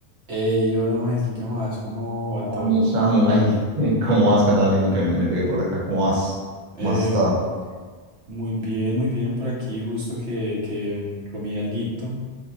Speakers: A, on the right; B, on the right.
A: Hey, hola Melkin, ¿qué más? ¿Cómo va todo?
B: Oye, Samu,
A: Eso.
B: ay, <laughs> ¿cómo vas? ¿Qué andas haciendo que me, me pegué por acá? ¿Cómo vas?
A: Eh,
B: ¿Cómo has estado?
A: muy bien, muy bien por aquí, justo que, que mm, comí alguito